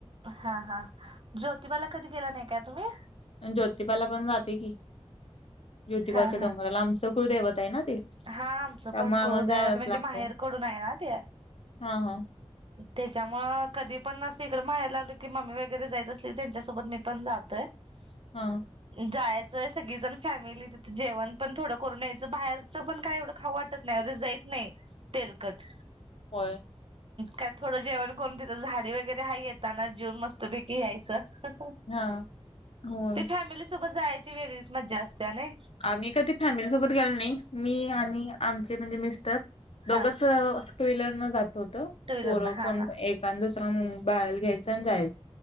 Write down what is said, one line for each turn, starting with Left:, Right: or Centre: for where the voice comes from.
Right: हा हा ज्योतिबाला कधी गेला नाही काय तुम्ही
Left: ज्योतिबाला पण जाते कि ज्योतिबाच्या
Right: हा
Left: डोंगराला
Right: हा
Left: आमच कुळ देवत आहे ना ते त्यामुळे
Right: हा आमचं पण
Left: आम्हाला
Right: कुळुदैवत
Left: जायलाच
Right: म्हणजे
Left: लागते
Right: माहेर कडून आहे ना ते
Left: हा हा
Right: त्याच्यामुळ कधी पण असं इकडं म्हयला लागलो की म्मी वगैरे जायत असली की त्यांच्यासोबत मी पण जातोय. ह <unintelligible>
Left: हा.
Right: जायचंय सगळी जण फॅमिली तिथे जेवण पण थोडं करून यायचं बाहेर पण काय एवढं खाऊ वाटत नाहीे जाईत नाही तेलकट
Left: होय.
Right: काय थोडं जेवण करून तिथं झाडी वगैरे हा येेतना जीव मस्तपैकी यायचं
Left: हा होय
Right: ते फॅमिली सोबत जायची वेगळीच मज्जा असते आणि
Left: आम्ही कधी फॅमिली सोबत गेलो नाही मी आणि आमचे म्हणजे मिस्टर दोघच
Right: हा
Left: टू व्हीलर न जात होत
Right: टू व्हीलरनं
Left: पोरं
Right: हा
Left: कोण
Right: हा.
Left: एका दुसरा बाळ घ्यायचं आणि जायचं.